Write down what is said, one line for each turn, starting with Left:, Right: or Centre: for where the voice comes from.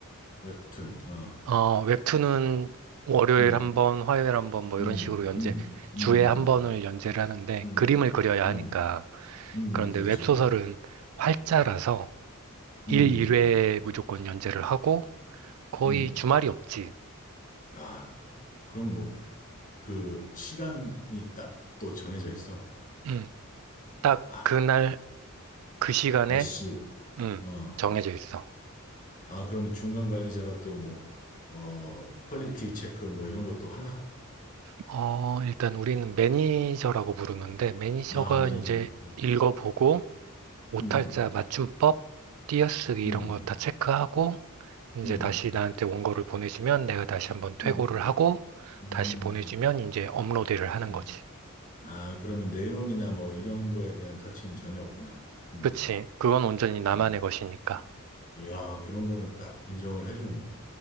Left: 웹툰. 어.
Right: 어, 웹툰은 월요일
Left: 음.
Right: 한 번, 화요일 한 번, 뭐
Left: 음.
Right: 이런 식으로 연재,
Left: 음.
Right: 주에
Left: 음.
Right: 한
Left: 음.
Right: 번을 연재를 하는데
Left: 음.
Right: 그림을 그려야
Left: 음.
Right: 하니까.
Left: 음.
Right: 그런데
Left: 음. 그렇지.
Right: 웹소설은 활자라서 일
Left: 음.
Right: 일회
Left: 음.
Right: 무조건 연재를 하고 거의
Left: 음.
Right: 주말이 없지.
Left: 아. 그럼 뭐 그 시간이 딱 또 정해져 있어.
Right: 음, 딱
Left: 아.
Right: 그날, 그 시간에,
Left: 몇 시.
Right: 음,
Left: 어.
Right: 정해져 있어.
Left: 아, 그러면 중간 관리자가 또 뭐, 어, 퀄리티 체크 뭐 이런 것도 하나?
Right: 어, 일단 우리는 매니저라고 부르는데 매니저가
Left: 나 아, 매니저.
Right: 이제
Left: 음,
Right: 읽어보고
Left: 음,
Right: 오탈자 맞춤법, 띄어쓰기
Left: 음,
Right: 이런 거 다 체크하고 이제
Left: 음,
Right: 다시 나한테 원고를 보내주면 내가 다시 한번 퇴고를
Left: 음,
Right: 하고
Left: 음.
Right: 다시 보내주면 이제 업로드를 하는
Left: 음.
Right: 거지.
Left: 아, 그러면 내용이나 뭐 이런 거에 대한 터치는 전혀 없구나. 음.
Right: 그치. 그건 온전히 나만의
Left: 아,
Right: 것이니까.
Left: 야, 그런 거는 딱 인정을 해주는구나.